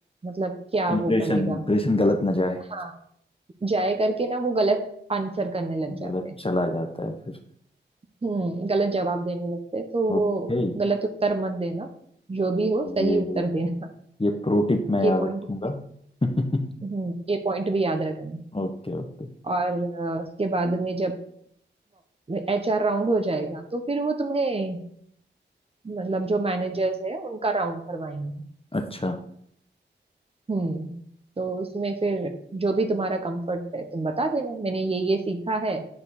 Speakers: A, on the right (about 30°); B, on the left (about 30°).
A: मतलब क्या
B: इम्प्रेशन
A: वो पड़ेगा
B: इम्प्रेशन गलत ना जाए
A: हाँ जाए करके ना वो गलत आंसर करने लग
B: गलत
A: जाते हैं
B: चला जाता है फिर
A: हम्म गलत जवाब देने लगते हैं तो
B: ओके
A: वो गलत उत्तर मत देना जो भी हो सही
B: ये
A: उत्तर देना
B: ये प्रो टिप
A: <laughs>
B: मैं याद
A: ये पॉइंट
B: रखूंगा
A: भी
B: <laughs>
A: हम्म ये पॉइंट भी याद रखना
B: Okay okay
A: और अ, उसके बाद में जब एचआर राउंड हो जाएगा तो फिर वो तुम्हें मतलब जो मैनेजर्स है उनका राउंड करवाएंगे
B: अच्छा
A: हम्म तो उसमें फिर जो भी तुम्हारा कंफर्ट है तुम बता देना मैंने ये ये सीखा है